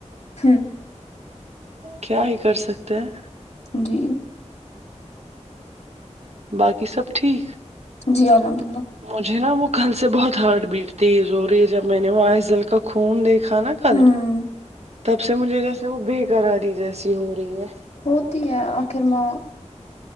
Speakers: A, on the left (about 60°); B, on the right (about 60°).
A: ہوں
B: کیا ہی کر سکتے ہیں
A: جی
B: باقی سب ٹھیک
A: جی الحمد اللہ
B: مجھے نا وہ کل سے بہت ہارٹ بیٹ تزوری ہے جب میں نے وہ آئس دل کا خون دیکھا نا کل
A: ہوں
B: تب سے مجھے جیسے وہ بےیکراری جیسی ہو رہی ہے
A: ہوتی ہے آخر میں